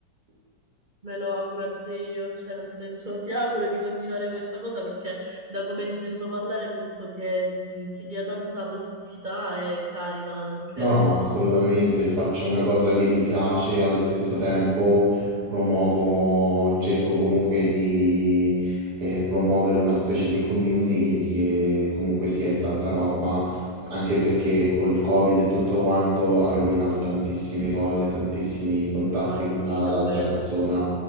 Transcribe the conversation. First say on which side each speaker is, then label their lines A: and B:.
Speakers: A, on the right (about 40°); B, on the right (about 55°).
A: Me lo auguro anche io, cioè nel senso ti auguro di continuare questa cosa perché da come ti sento parlare penso che mh, ti dia tanta positività e carica anche.
B: No, assolutamente, faccio una cosa che mi piace e allo stesso tempo promuovo, cerco comunque di eh, promuovere una specie di community di che comunque sia è tanta roba, anche perché col Covid e tutto quanto ha rovinato tantissime cose, tantissimi contatti
A: Ah sì,
B: con la-
A: davvero.
B: l'altra persona.